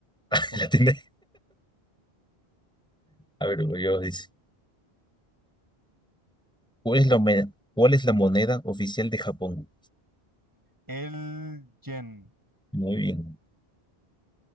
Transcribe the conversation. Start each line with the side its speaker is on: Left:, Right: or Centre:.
Centre: <laughs>
Right: Es correcto.
Centre: La tiene. A ver, güey, yo dice, ¿cuál es la, moneda- cuál es la moneda oficial de Japón?
Right: El Jen.
Centre: Muy bien.